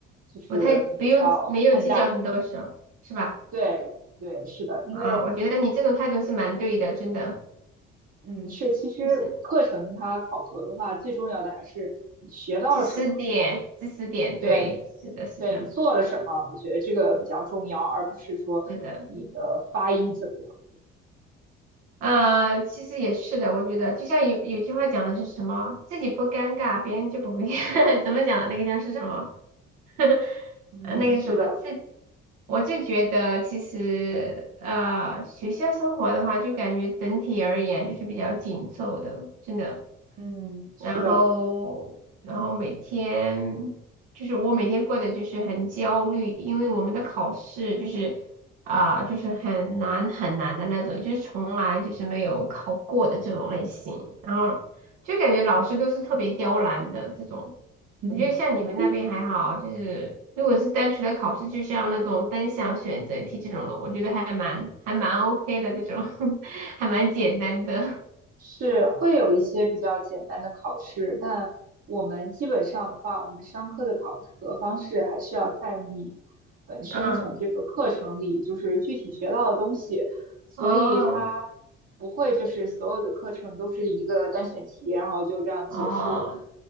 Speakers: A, on the right (about 50°); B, on the right (about 85°).
A: 就是比较看淡。
B: 我太不用没有计较很多事儿，是吧？
A: 对，对，是的，因为，
B: 啊，我觉得你这种态度是蛮对的，真的，
A: 嗯，是其实课程它考核的话，
B: 就是
A: 最重要的还是你学到了什么，
B: 知识点，知识点，
A: 对你，
B: 对，是的，是的，
A: 对你做了什么，我觉得这个比较重要，而不是说你的发音怎么样。
B: 是的。啊、其实也是的，我觉得就像有有句话讲的是什么，自己不尴尬，别人就不会 <laughs> 怎么讲的那个叫是什么？<laughs>
A: 嗯哼，
B: 呃，那个什么，
A: 是的，
B: 自我就觉得其实呃，学校生活的话，就感觉整体而言就是比较紧凑的，真的。
A: 嗯，是的。
B: 然后然后每天就是我每天过得就是很焦虑，因为我们的考试就是啊、就是很难很难的那种，就是从来就是没有考过的这种类型，然后就感觉老师都是特别刁难的这种。
A: 嗯
B: 我觉得像你们那边还好，
A: <laughs>
B: 就是如果是单纯的考试，就像那种单项选择题这种的，我觉得还蛮还蛮 OK 的这种，<laughs> 还蛮简单的。
A: 是会有一些比较简单的考试，但我们基本上的话，我们商科的考核方式还是要看你本身从这个课程里就是具体学到的东西，
B: 嗯，
A: 所以它不会就是所有的课程都是一个单选题，
B: 哦。
A: 然后就这样结束。
B: 哦